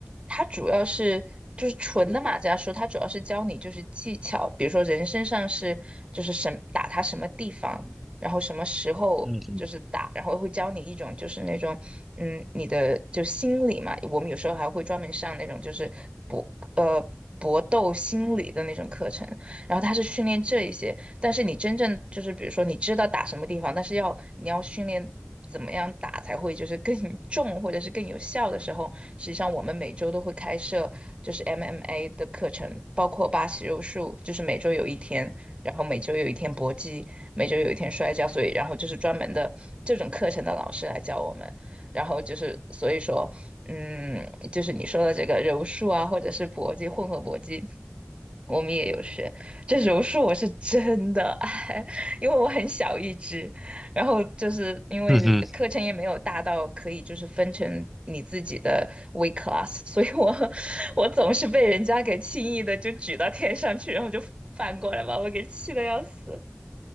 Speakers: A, on the right; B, in the centre.
A: 它主要是就是纯的马伽术，它主要是教你就是技巧，比如说人身上是就是什么打它什么地方，然后什么时候就是打，
B: 嗯嗯，
A: 然后会教你一种就是那种嗯你的就心理嘛，我们有时候还会专门上那种就是搏呃搏斗心理的那种课程。然后他是训练这一些，但是你真正就是比如说你知道打什么地方，但是要你要训练怎么样打才会就是更重或者是更有效的时候，实际上我们每周都会开设就是 MMA 的课程，包括巴西柔术，就是每周有一天，然后每周有一天搏击，每周有一天摔跤，所以然后就是专门的这种课程的老师来教我们。然后就是，所以说，嗯，就是你说的这个柔术啊，或者是搏击，混合搏击，我们也有学。这柔术我是真的爱，<laughs> 因为我很小一只，然后就是因为嗯课程也没有大到可以就是分成你自己的
B: 嗯哼。<laughs>
A: w e class，所以我 <laughs> 我总是被人家给轻易的就举到天上去，然后就翻过来把我给气得要死。